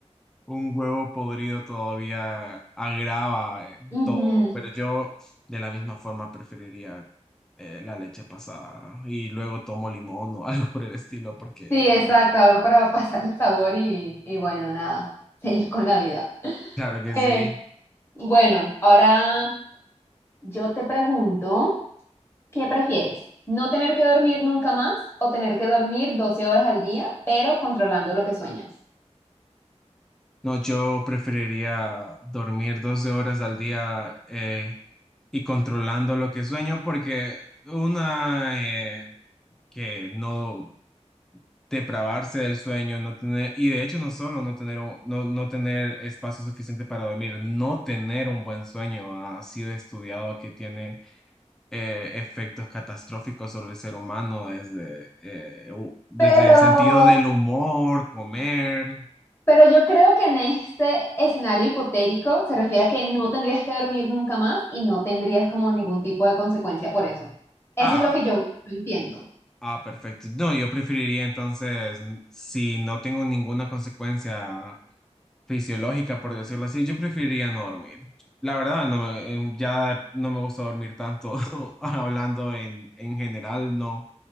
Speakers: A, in the centre; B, on the left (about 20°).
A: un huevo podrido todavía agrava eh,
B: <laughs> Ujú.
A: todo? Pero yo de la misma forma preferiría eh, la leche pasada. Y luego tomo limón o <laughs> algo por el estilo, porque
B: Sí, exacto, algo para <laughs> pasar el sabor y, y bueno, nada, <laughs> seguir con la vida.
A: claro que sí.
B: Eh, bueno, ahora yo te pregunto, ¿qué prefieres? ¿No tener que dormir nunca más o tener que dormir 12 horas al día, pero controlando lo que sueñas?
A: No, yo preferiría dormir 12 horas al día eh, y controlando lo que sueño porque una eh, que no depravarse del sueño, no tener, y de hecho no solo no tener, un- no, no tener espacio suficiente para dormir, no tener un buen sueño ha sido estudiado que tiene eh, efectos catastróficos sobre el ser humano desde, eh, u- desde
B: Pero,
A: el sentido del humor, comer.
B: pero yo creo que en este escenario hipotético se refiere a que no tendrías que dormir nunca más y no tendrías como ningún tipo de consecuencia por eso. Eso
A: Ah,
B: es lo que yo entiendo.
A: Ah, perfecto. No, yo preferiría entonces, n- si no tengo ninguna consecuencia fisiológica, por decirlo así, yo preferiría no dormir. La verdad, no me, eh, ya no me gusta dormir tanto, <laughs> hablando en, en general, no.